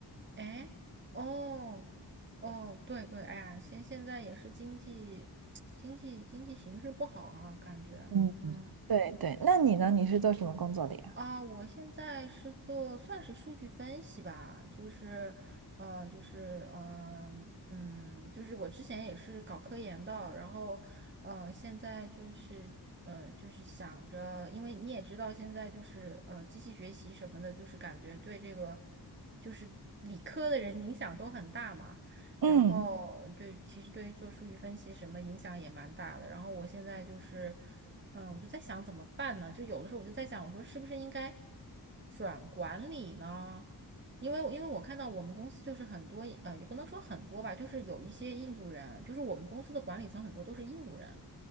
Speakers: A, on the right; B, on the right.
A: 哎，哦，哦，对对，哎呀，现现在也是经济 <tsk> 经济经济形势不好啊，感觉，
B: 嗯，
A: 嗯
B: 对对，那你呢？你是做什么工作的呀？
A: 啊，我现在是做算是数据分析吧，就是呃，就是呃，嗯，就是我之前也是搞科研的，然后呃，现在就是呃，就是想着，因为你也知道，现在就是呃，机器学习什么的，就是感觉对这个就是理科的人影响都很大嘛。
B: 嗯
A: 然后对，其实对于做数据分析什么影响也蛮大的。然后我现在就是，嗯，我就在想怎么办呢？就有的时候我就在想，我说是不是应该转管理呢？因为因为我看到我们公司就是很多，呃，也不能说很多吧，就是有一些印度人，就是我们公司的管理层很多都是印度人。